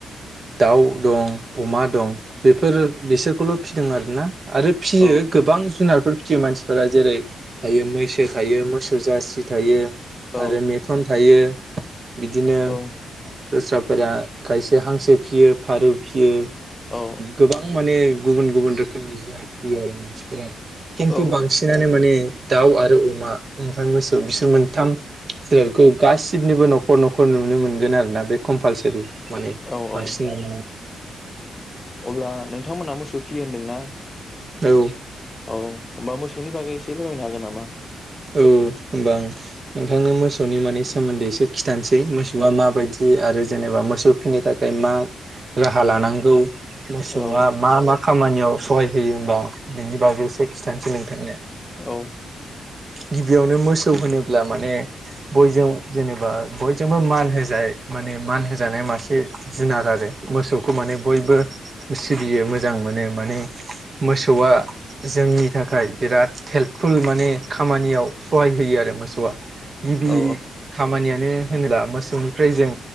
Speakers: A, on the right (about 30°); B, on the left (about 20°).
A: दाउ दं, अमा दं बेफोर बिसोरखौल' फिदों आरो ना आरो फिसियो
B: औ
A: गोबां जुनारफोर फियो मानसिफोरा जेरै थायो मैसो थायो, मोसौ जारसि थायो
B: औ
A: आरो मेथन थायो बिदिनो
B: औ
A: दस्राफोरा खायसे हांसो फियो फारौ फियो।
B: औ
A: गोबां माने गुबुन गुबुन रोखोमनि जुनार <unintelligible> खिन्थु
B: औ
A: बांसिनानो माने दाउ आरो अमा ओमफ्राय मोसौ बिसोर मोनथाम जिरादखौ गासिबनिबो न'खर न'खर नुनो मोनगोन आरोना बे कम्पालसारि माने
B: औ
A: बांसिनानो
B: औ अब्ला नों थांमोनहा मोसौ फियो होनदों ना?
A: औ।
B: औ होनबा मोसौनि बागै एसे फोरमायनो हागोन नामा?
A: औ होमबा आम नोंथांनो मोसौनि माने सोमोन्दै एसे खिथानोसै मोसौआ माबायदि आरो जेनेबा मोसौ फिनो थाखाय मा राहा लानांगौ मोसौ
B: औ
A: आ मा मा - खामानियाव सहाय होयो होमबा बेनि बागै एसे खिथानसै नोंथाङनो
B: औ
A: गिबियावनो मोसौ होनोब्ला माने बयजों जेनेबा बयजोंबो मान होजाय माने मान होजानाय मासे जुनार आरो मोसौखौ माने बयबो सिबियो मोजां मोनो माने मोसौआ जोंनि थाखाय बिराद हेल्पफुल माने खामानियाव सहाय होयो आरो मोसौ वा गिबि
B: औ
A: खामानिया मानो होनोबा मोसौनिफ्राय जों